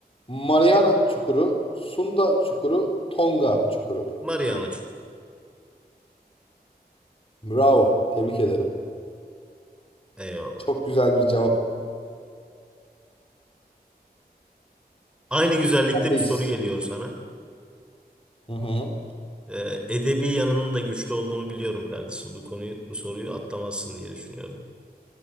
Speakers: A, on the left; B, in the centre.
A: Mariana çukuru, Sunda çukuru, Tonga çukuru.
B: Mariana Çukur.
A: Bravo. Tebrik ederim.
B: Eyvallah.
A: Çok güzel bir cevap.
B: Aynı güzellikte
A: Sendeyiz.
B: bir soru geliyor sana.
A: Hı hı.
B: Ee, edebi yanının da güçlü olduğunu biliyorum kardeşim. Bu konuyu, bu soruyu atlamazsın diye düşünüyorum.